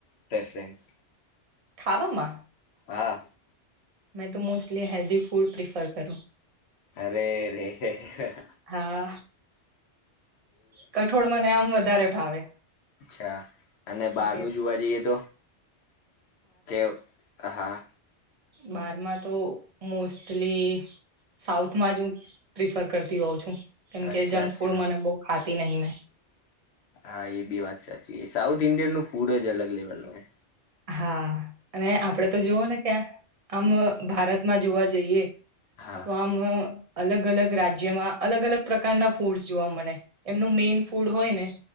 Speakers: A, on the left; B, on the right.
A: પ્રેફરન્સ?
B: ખાવામાં?
A: હા.
B: મેં તો મોસ્ટલી હેલ્ધી ફૂડ પ્રિફર કરું.
A: અરે રે હે હ હ.
B: હા કઠોળ મને આમ વધારે ભાવે.
A: અચ્છા અને બાર
B: કારણ કે
A: નું જુવા જઈએ તો? કેવ અહા
B: બારમાં તો, મોસ્ટલી સાઉથમાં જ હું, પ્રિફર કરતી હોઉં છું. એમકે,
A: અચ્છા
B: જંક
A: અચ્છા
B: ફૂડ મને બોવ ખાતી નહિ મેં.
A: હા, એ બી વાત સાચી. સાઉથ ઇન્ડિયન નું ફૂડ જ અલગ લેવલનું હોય.
B: હા, અને આપડે તો જોવો ને ક્યાં? આમ અહ ભારતમાં જોવા જઈએ
A: હા
B: તો આમ અલગ અલગ રાજ્યમાં અલગ અલગ પ્રકારનાં ફૂડ્સ જોવા મળે. એમનું મેઈન ફૂડ હોય ને